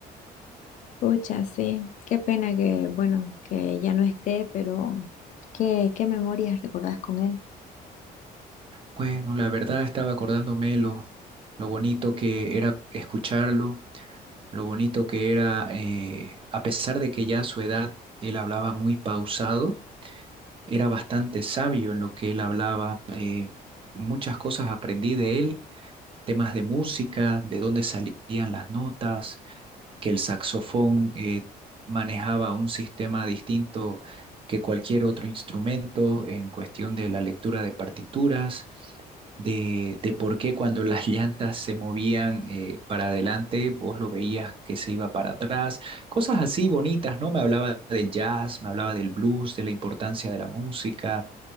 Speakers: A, on the left (about 50°); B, on the right (about 35°).
A: Pucha, sí, qué pena que, bueno, que ya no esté, pero qué, qué memorias recordás con él.
B: Bueno, la verdad estaba acordándome lo, lo bonito que era escucharlo, lo bonito que era, eh, a pesar de que ya a su edad él hablaba muy pausado Era bastante sabio en lo que él hablaba. eh, muchas cosas aprendí de él, temas de música, de dónde salían las notas, que el saxofón eh, manejaba un sistema distinto que cualquier otro instrumento en cuestión de la lectura de partituras, de, de por qué cuando las llantas se movían eh, para adelante, vos lo veías que se iba para atrás, cosas así bonitas, ¿no? Me hablaba del jazz, me hablaba del blues, de la importancia de la música.